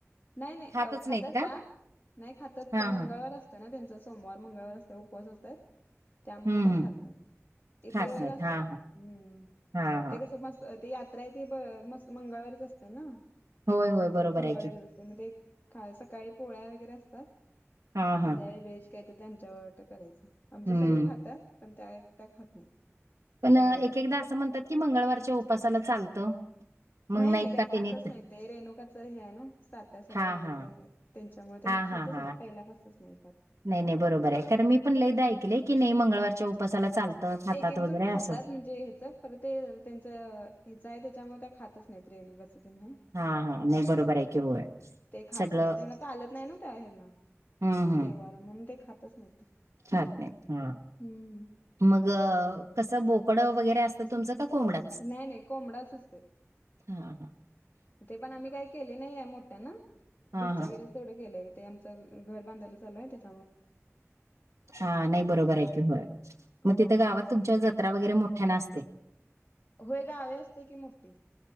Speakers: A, on the left; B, on the right.
A: नाही नाही, अ
B: खातच
A: खात्यात
B: नाहीत का?
A: त्या, नाही खातात ते,
B: हां
A: नाही मंगळवार
B: हां.
A: अस तोय ना त्यांचा सोमवार मंगळवार ऊपवास असतात,, त्यामुळे
B: हम्म हम्म.
A: त्या खात नाही इतर
B: खात
A: वेळात
B: नाहीत हा
A: ते, हम्म,,
B: हा हा हा
A: ते कसं मस् ते यात्रा आहे ती मस् मंगळवारीच असते ना
B: होय होय बरोबर
A: जर मंगळवारी
B: आहे की
A: असते, म्हणजे सकाळी पोळ्या वगैरे असतात
B: हा
A: संध्याकाळी
B: हा
A: व्हेज काय तर त्यांच्यावर करायचं,, आमच्या
B: हम्म
A: सगळे खात्यात पण त्या एकट्या खात नाहीत.
B: पण एकेकदा
A: मंगळवार
B: असं म्हणतात की मंगळवारच्या उपासाला चालतं.? मग
A: नाही
B: नाहीत
A: नाही त्या
B: का
A: खातच
B: ते नेत
A: नाहीत, ते रेणुकाचं हे आहे ना, साती आसरा
B: हा
A: वगैरे
B: हा
A: काय काय? त्यांच्यामुळे त्यांना
B: हा हा
A: खातच
B: हा
A: नाही, पहिल्यापासनचं नाही खात.
B: नाही नाही बरोबर आहे, कारण मी पण लईदा ऐकलय, की नाही मंगळवारच्या उपासाला चालतं. खातात
A: एकेक
B: वगैरे
A: जण खातात
B: असं
A: म्हणजे हचं, पर ते त्यांच ह्याचं आहे त्याच्यामुळे त्या खातच नाहित रेणुकाचं तन हाय
B: हा हा नाही बरोबर आहे की होय
A: ते खात
B: सगळं
A: नाही, त्यांना चालत नाही ना त्या हेना
B: हम्म हम्म
A: देवाला, म्हणून ते खातच नाही ते.
B: खात नाहीत, हं
A: हम्म
B: मग, कसं बोकडं वगैरे असतं तुमचं का कोंबडा?
A: नाही नाही, कोंबडाच असतय.
B: हां.
A: ते पण आम्ही काही केले नाही आहे मोठ्यानं,,
B: हा
A: घरच्या
B: हा
A: घरीच तेवढं केलंय,, ते आमचं घर बांधायला चालूय त्यच्या.
B: हा नाही बरोबर आहे की होय,
A: हो.
B: मग तिथं गावात तुमच्या जत्रा वगैरे मोठ्यानं असतय.
A: होय गावी असतय की मोठीे